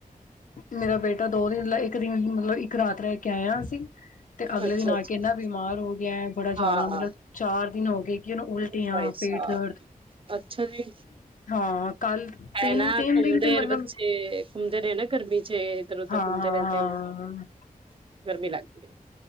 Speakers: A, on the left; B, on the right.
A: ਮੇਰਾ ਬੇਟਾ ਦੋ ਦਿਨ ਲ ਮਤਲਬ ਇੱਕ ਰਾਤ ਰਹਿ ਕੇ ਆਇ ਹਾਂ ਅਸੀਂ ਤੇ ਅਗਲੇ
B: ਅੱਛਾ
A: ਦਿਨ ਆ
B: ਅੱਛਾ
A: ਕੇ ਇੰਨਾ ਬਿਮਾਰ ਹੋ ਗਿਆ ਬੜਾ ਜਿਆਦਾ
B: ਹਾਂ
A: ਮਤਲਬ ਚਾਰ ਦਿਨ ਹੋ ਗਏ ਜਿਹਨੂੰ ਉਲਟੀਆਂ,
B: ਭਾਈ
A: ਪੇਟ
B: ਸਾਹਿਬ
A: ਦਰਦ
B: ਅੱਛਾ ਜੀ
A: ਹਾਂ ਕੱਲ ਤਿੰਨ
B: ਹੈ ਨਾ
A: ਤਿੰਨ
B: ਘੁੰਮਦੇ
A: ਦਿਨ ਤੇ ਮਤਲਬ
B: ਬੱਚੇ ਘੁੰਮਦੇ ਰਹੇ ਨਾ ਗਰਮੀ ਚ ਇੱਧਰ ਉਧਰ
A: ਹਾਂ
B: ਘੁੰਮਦੇ
A: ਹਾਂ
B: ਰਹਿੰਦੇ
A: ਹਾਂ
B: ਗਰਮੀ ਲੱਗ ਗਈ।